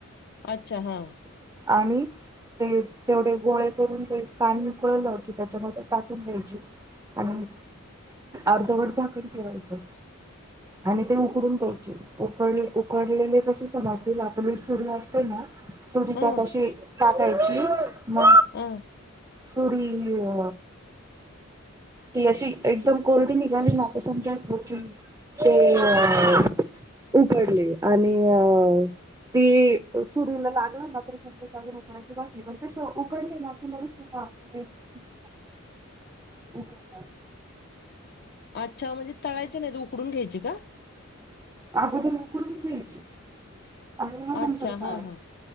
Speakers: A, on the left; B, on the right.
A: अच्छा, ह.
B: आणि. ते तेवढे गोळे करून. ते पाणी उकळलं कि, त्याच्यामध्ये टाकून द्यायची. आणि अर्धवट झाकण ठेरायचं. आणि ते उकडून द्यायचे. उकडले, उकडलेले कसे समजतील. आपली सुरी असते ना. सुरी
A: हा
B: त्यात अशी टाकायची. म
A: अ.
B: सुरी अ ती अशी एकदम कोर्डी निघाली ना. आता समजायचं की हे. अ.. उघडले आणि अ. ते सुरूला लागलं ना, तर समज <unintelligible> तसं उकडले ना की <unintelligible> हो का.
A: अच्छा, म्हणजे तळायचे नाही. उकडून घ्यायचे का,
B: अगोदर उकडून घ्यायची, आणि मग
A: अच्छा
B: नंतर करायचं.
A: हा हा